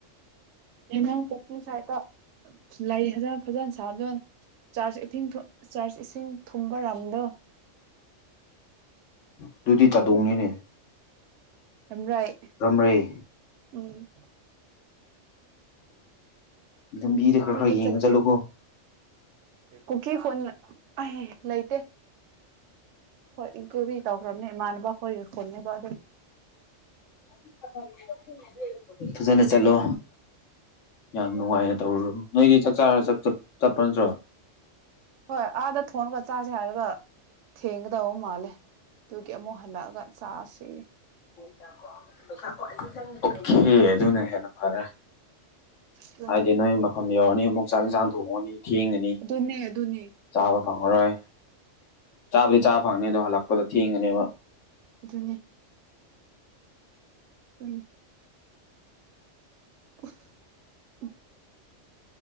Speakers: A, on the right; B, on the left.
A: ꯌꯥꯢꯉꯪ ꯄꯣꯛꯄꯤ ꯁꯥꯏꯇ ꯂꯩ ꯐꯖ ꯐꯖꯅ ꯁꯥꯗꯣ ꯆꯥꯔꯖ ꯏꯊꯤꯡ ꯆꯥꯔꯖ ꯏꯁꯤꯡ ꯊꯨꯝꯕ ꯔꯝꯗꯣ
B: ꯑꯗꯨꯗꯤ ꯆꯥꯗꯣꯡꯅꯤꯅꯦ
A: ꯔꯝꯔꯥꯏ
B: ꯔꯝꯔꯩ
A: ꯎꯝ
B: ꯂꯝꯕꯤꯗ
A: ꯑꯗꯨꯗ
B: ꯈꯔ ꯈꯔ ꯌꯦꯡꯉ
A: ꯆꯠꯀꯦ
B: ꯆꯠꯂꯨꯀꯣ
A: ꯀꯨꯀꯤ ꯈꯨꯟ ꯑꯥꯢ ꯂꯩꯇꯦ ꯍꯈꯣꯏ ꯏꯟꯀ꯭ꯂꯨꯗꯤ ꯇꯧꯈ꯭ꯔꯕꯅꯦ ꯏꯃꯥꯟꯅꯕ ꯍꯣꯏ ꯈꯣꯟꯅꯦꯕ ꯑꯗꯨ
B: <inaudible> ꯐꯖꯅ ꯆꯠꯂꯣ ꯌꯥꯝ ꯅꯨꯡꯉꯥꯏꯅ ꯇꯧꯔꯣ ꯅꯣꯏꯗꯤ ꯆꯥꯛ ꯆꯥꯔ ꯆꯠꯄ ꯆꯠꯄ ꯅꯠꯇ꯭ꯔꯣ
A: ꯍꯣꯏ ꯑꯥꯗ ꯊꯣꯟꯉꯒ ꯆꯥꯁꯦ ꯍꯥꯏꯔꯒ ꯊꯦꯡꯒꯗꯧꯕ ꯃꯥꯜꯂꯦ ꯑꯗꯨꯒꯤ ꯑꯃꯨꯛ ꯍꯜꯂꯛꯑ ꯒ ꯆꯥꯁꯦ
B: ꯑꯣꯦꯀꯦ ꯑꯗꯨꯅ ꯍꯦꯟꯅ ꯐꯔꯦ
A: ꯑꯗꯨꯅꯦ
B: ꯍꯥꯏꯗꯤ ꯅꯣꯏ ꯃꯐꯝ ꯌꯧꯔꯅꯤ ꯑꯃꯨꯛ ꯆꯥꯛ ꯌꯦꯟꯁꯥꯡ ꯊꯣꯡꯉꯅꯤ ꯊꯦꯡꯉꯅꯤ
A: ꯑꯗꯨꯅꯦ ꯑꯗꯨꯅꯦ
B: ꯆꯥꯕ ꯐꯪꯉꯔꯣꯏ ꯆꯥꯕꯨꯗꯤ ꯆꯥꯕ ꯐꯪꯅꯤ ꯑꯗꯣ ꯍꯜꯂꯛꯄꯗ ꯊꯦꯡꯒꯅꯦꯕ
A: ꯑꯗꯨꯅꯦ ꯎꯝ ꯑꯍ ꯍ